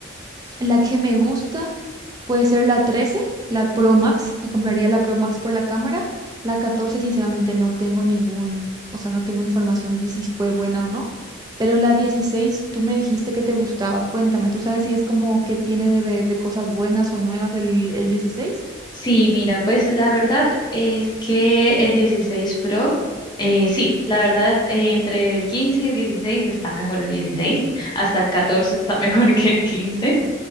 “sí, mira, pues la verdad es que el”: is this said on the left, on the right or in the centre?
Left